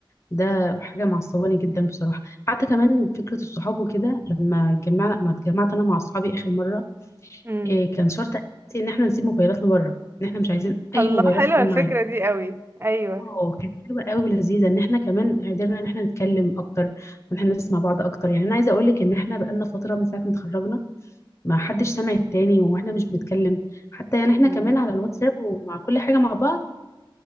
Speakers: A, on the left; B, on the right.
A: ده حاجة معصباني جدا بصراحة حتى كمان فكرة الصحاب وكده لما اتجمع ما اتجمعت أنا مع أصحابي آخر مرة
B: امم
A: إيه كان شرط أساسي إن إحنا نسيب موبايلاتنا بره إن إحنا مش عايزين أي
B: الله
A: موبايلات
B: حلوه
A: تكون
B: الفكره
A: معانا
B: دي قوي ايوه
A: اه كانت حلوة قوي ولذيذة إن إحنا كمان قدرنا إن إحنا نتكلم أكتر وإن إحنا نسمع بعض أكتر يعني أنا عايزة أقول لك إن إحنا بقالنا فترة من ساعة ما اتخرجنا ما حدش سامع التاني وإحنا مش بنتكلم حتى يعني إحنا
B: امم
A: كمان على الواتساب ومع كل حاجة مع بعض